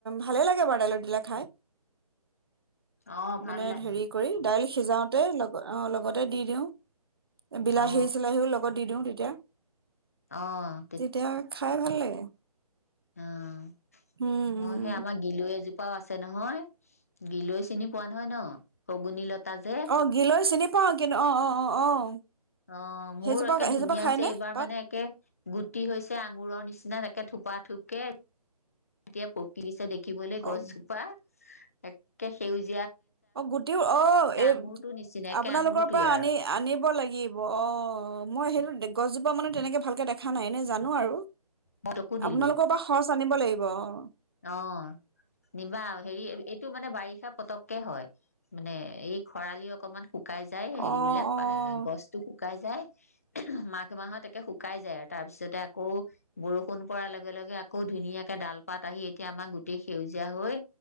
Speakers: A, on the right; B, on the left.
A: ভালেই লাগে বাৰু দাইলত দিলে খাই।
B: অ ভাল
A: মানে
B: লাগে
A: হেৰি কৰি দাইল সিজাওঁতে লগ অ', লগতে দি দিওঁ। বিলাহী
B: অ
A: চিলাহীও লগত দি দিওঁ‌ তে <inaudible>
B: অ'।
A: তেতিয়া খাই ভাল লাগে।
B: অ'।
A: উম,
B: মই
A: উম।
B: সেই আমাৰ গিলো এযো পাও আছে নহয় গিলৈ চিনি পোৱা নহয় ন? সগুনি লতা যে
A: অ', গিলৈ চিনি পাওঁ কিনো অ', অ', অ', অ'।
B: অ', মোৰ
A: সেইজোপা
B: একে
A: সেইজোপা
B: ধুনীয়া
A: খায়নে
B: হৈছে, এইবাৰ
A: পাত?
B: মানে একে গুটি হৈছে আঙুৰৰ নিচি না এনেকে থোপা থোপকে এতিয়া পকীছে দেখ কি বলে
A: অ'
B: গছজোপা একে সেউজ
A: অ গুটি অ এই
B: আঙুৰটো নিচিনা একে
A: আপোনালোকৰ
B: আঙুৰটোৱে
A: পৰা
B: আৰু
A: আনি আনিব লাগিব অ মই সেইটো গছজোপা মানে তেনেকৈ ভালকৈ দেখা নাই, এনে জানো আৰু।
B: মই তকো দিলো
A: আপোনালোকৰ পৰা সচ আনিব লাগিব, অহ।
B: অ নিবা হেৰি এইটো মানে বাৰিষাত পতককে হয়, মানে এই খৰালি অকনমান। শুকাই যায়
A: অ
B: হেৰিবলাক
A: অ
B: গছতো শুক শুকাই যায়। মাঘ মাহত একে শুকাই যায় আৰু তাৰ পিছতে আকৌ বৰষুণ পৰাৰ লগে-লগে আকৌ ধুনীয়াকে ডাল পাত আহি এতিয়া আমাৰ গুটি সেউজীয়া হৈ